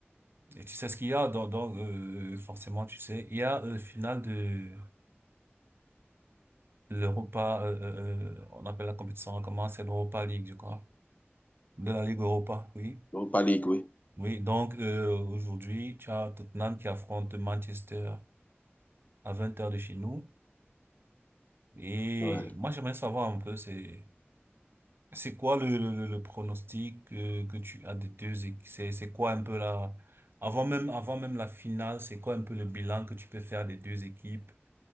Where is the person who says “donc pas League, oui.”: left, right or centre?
Left